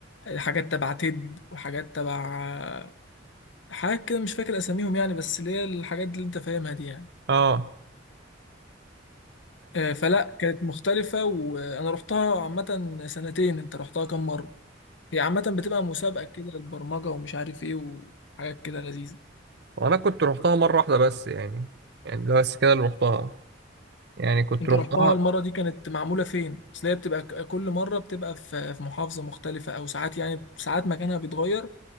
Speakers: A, on the left (about 70°); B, on the right (about 60°).
A: حاجات تبع تيد وحاجات تبع آه، حاجات كده مش فاكر اساميهم يعني بس اللي هي الحاجات اللي انت فاهمها دي يعني
B: اه
A: آه، فلا كانت مختلفة وانا رحتها عامة سنتين انت رحتها كام مرة هي عامة بتبقى مسابقة كده للبرمجة ومش عارف ايه وحاجات كده لذيذة
B: وانا كنت روحتها مره واحده بس يعني يعني ده بس كده اللي روحتها يعني كنت
A: انت
B: روحتها
A: رحتها المرة دي كانت معمولة فين؟ اصل هي بتبقى ك- كل مرة بتبقى في في محافظة مختلفة او ساعات يعني ساعات مكانها بيتغير